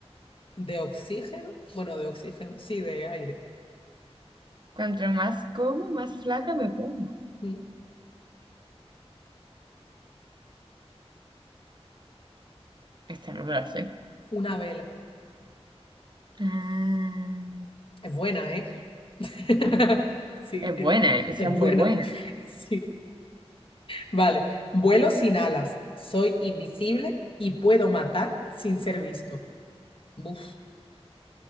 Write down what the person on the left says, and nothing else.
de oxígeno. Bueno, de oxígeno, sí, de aire.
Mm,
Una vela.
Es buena, ¿eh? <laughs> Sí,
es
buena,
es
buena.
<laughs> Sí. Vale, vuelo sin alas, soy invisible y puedo matar sin ser visto. Buf,